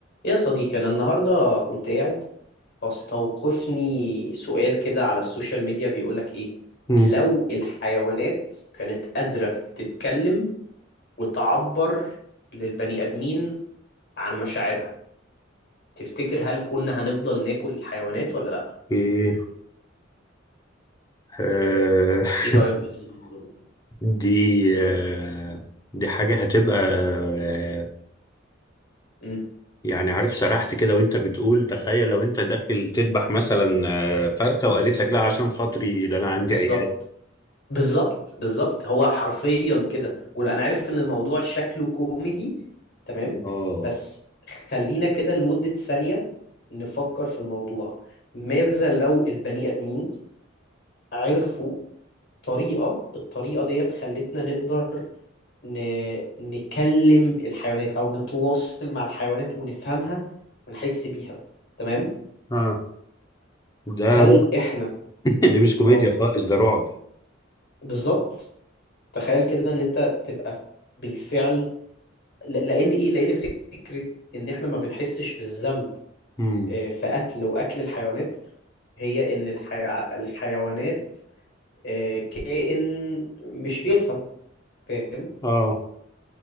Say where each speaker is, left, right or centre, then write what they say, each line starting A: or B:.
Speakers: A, on the left; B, on the left.
A: إيه يا صديقي أنا النهاردة كنت قاعد فاستوقفني سؤال كده على السوشيال ميديا بيقولك إيه
B: مم.
A: لو الحيوانات كانت قادرة تتكلم وتعبر للبني آدمين عن مشاعرها تفتكر هل كنا هنفضل ناكل الحيوانات ولا لأ؟
B: ايه آه
A: إيه
B: <laughs>
A: رأيك بالنسبة للموضوع ده؟
B: دي آه دي حاجة هتبقى آه
A: مم.
B: يعني عارف سرحت كده وانت بتقول تخيل لو انت داخل تذبح مثلا آه فرخة وقالت لك لا عشان خاطري ده انا عندي
A: بالظبط
B: عيال
A: بالظبط بالظبط هو حرفيا كده وانا عارف ان الموضوع شكله كوميدي تمام
B: اه
A: بس خلينا كده لمدة ثانية نفكر في الموضوع ماذا لو البني ادمين عرفوا طريقة الطريقة ديت خلتنا نقدر ن... نكلم الحيوانات او نتواصل مع الحيوانات ونفهمها ونحس بيها تمام
B: اه ده
A: هل
B: رعب
A: احنا
B: <laughs> دي مش كوميديا
A: اه
B: خالص ده رعب
A: بالظبط تخيل كده ان انت تبقى بالفعل ل- لان ايه لان فكره ان احنا ما بنحسش بالذنب
B: مم.
A: آه، في قتل واكل الحيوانات هي ان الحي... الحيوانات آه، كائن مش بيفهم فاهم
B: اه